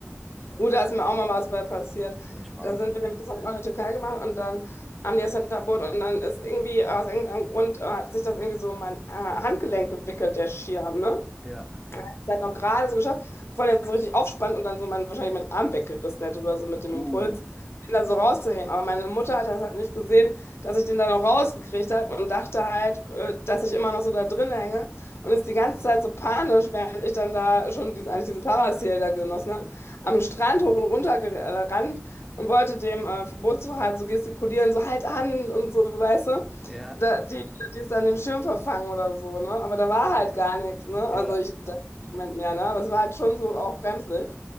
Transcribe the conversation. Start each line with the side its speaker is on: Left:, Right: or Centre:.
Centre: äh,
Left: Gut, da ist mir auch mal was bei passiert.
Centre: ja, ist entspannt,
Left: Da sind
Centre: aber.
Left: wir nämlich, das habe ich auch in der Türkei gemacht und dann haben die das Hinterboot und dann ist irgendwie aus irgendeinem Grund äh, hat sich das irgendwie so um mein äh, Handgelenk gewickelt, der Schirm, ne?
Centre: Ja.
Left: Zeit auch gerade so geschafft, bevor der so richtig aufspannt und dann so mein, wahrscheinlich meinen Arm weggerissen hätte oder so mit dem
Centre: Uh,
Left: Impuls, den da so rauszuheben. Aber meine Mutter hat das halt nicht gesehen, dass ich den da noch rausgekriegt habe und dachte halt, äh, dass ich immer noch so da drin hänge und ist die ganze Zeit so panisch, während ich dann da schon diesen, eigentlich diesen Parasail da genossen habe, am Strand hoch und runter gerannt und wollte dem äh, Bootsfahrer so gestikulieren, so halt an und so, weißt du.
Centre: ja,
Left: Da, die, die ist an dem Schirm verfangen oder so, ne? Aber da war halt gar nichts, ne?
Centre: ja,
Left: Also ich, da, Moment mehr, ne? Aber es war halt schon so auch bremslich